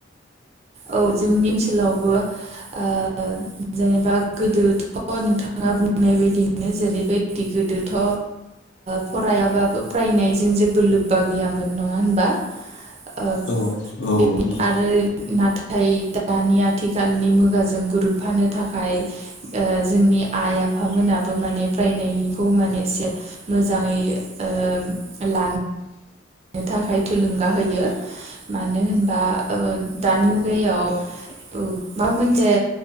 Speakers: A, on the right; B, on the left.
A: औ जोंनि ओनसोलावबो ओ जेनेबा गोदोथ' नोंथाङा बुंनाय बायदिनो जेरैबायदि गोदोथ' फरायाबाबो फरायनायजों जेबो लोब्बा गैयामोन नङा होनबा? ओ
B: औ औ
A: बे
B: नोंगौ।
A: आरो नाथाय दानि आथिखालनि मुगाजों गोरोबफानो थाखाय ओ जोंनि आइ आफा मोनाबो माने फरायनायखौ माने एसे मोजाङै ओ लानो थाखाय थुलुंगा होयो मानो होन बा दानि मुगायाव माबा मोनसे